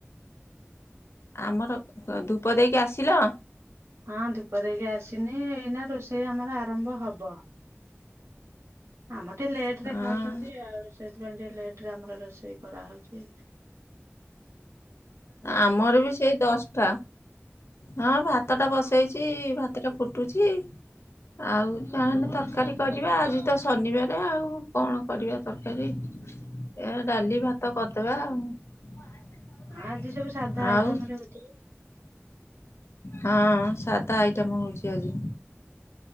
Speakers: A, on the left; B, on the right.
A: ଆମର ଧୂପ ଦେଇକି ଆସିଲ?
B: ହଁ ଧୂପ ଦେଇକି ଆସିନି ଏଇନା ରୋଷେଇ ଆମର ଆରମ୍ଭ ହବ। ହଁ ମତ ଟିକେ ଲେଟ
A: ହଁ
B: ରେ ଖାଉଛନ୍ତି ଆଉ ସେ ସେଥିପାଇଁ ଟ ଲେଟ ରେ ଆମର ରୋଷେଇ କରାହେଉଛି।
A: ଆମର ବି ସେଇ ଦଶଟା ହଁ ଭାତ ଟା
B: ହଁ
A: ବସେଇଛି। ଭାତଟା ଫୁଟୁଛି ଆଉ ଯାେଲେ ତରକାରୀ କରିବା ଆଜି ତ ଶନିବାର ଆଉ କଣ କରିବା ତରକାରୀ ଏ ଡାଲି ଭା ତ କରିଦବା ଆଉ
B: ଆଜି ସବୁ ସାଧା ଆଇଟମରେ
A: ଆଉ
B: ଉଠିବ।
A: ହଁ ସା ତା ଆଇଟମ୍ ହଉଛି ଆଜି